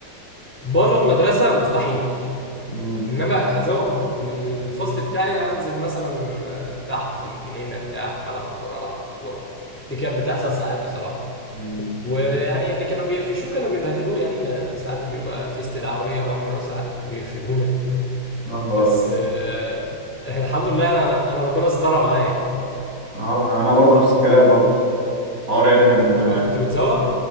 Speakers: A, in the centre; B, on the right.
A: بره المدرسة مستحيل
B: امم
A: انما ازوغ من الفصل بتاعي انزل مثلا آه، تحت في الجنينه بتاع في ملعب الكوره العب كوره دي كانت بتحصل ساعات بصراحه
B: امم
A: ويعني اللي كانوا بيقفشوه كانوا بيبهدلوه يعني كان ساعات بيبقى في استدعاء ولي امر ساعات بيرفدونا
B: يا نهار
A: بس
B: أبيض.
A: آه الحمد لله انا انا ربنا استرها معايا
B: اه انا برضو نفس الكلام برضو حوار يعني كان
A: ممكن- كنت بتزوغ